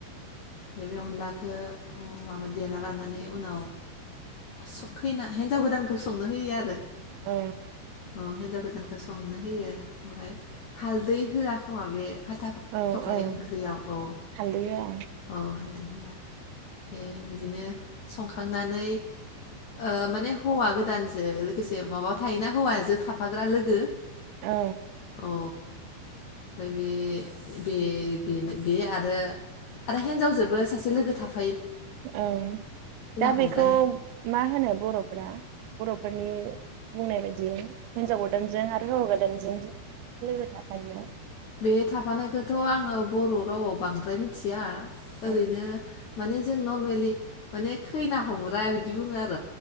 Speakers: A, on the left; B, on the right.
A: ओमफाय बे अनलाखो उह माबा देनालानानै उनाव स खैना हेन्जावगोदानखो संनो होयो आरो।
B: अ
A: अह हेनजावगोदानखो संनोहोयो ओमफाय हालदै होआखोमा बे <unintelligible> खाम
B: औ
A: खुरनाय
B: औ
A: ओंख्रियाव औ
B: हालदै औ
A: औ हालद <unintelligible> बिदिनो संखांनानै ओह माने हौवा गोद गोदानजों लोगोसे माबावथायोना हौवाजो थाफाग्रा लोगो
B: औ
A: औ। फाय बे-बे बेन बे आरो हेनजावजोबो सासेलोगो थाफा
B: औ दाबेखौ
A: हमग्रा
B: माहोनो बर'फोरा। बर'फोरनि बुंनायबायदि हेनजावगोदानजों आरो हौवागोदानजों लोगोथाफायो।
A: बे थाफानायखोथ आङो बर' रावाव बांद्रायमिथिआ।
B: औ
A: ओरैनो मानेजों नरमेलि माने खैनाहमग्रा बिदिबुङोआर।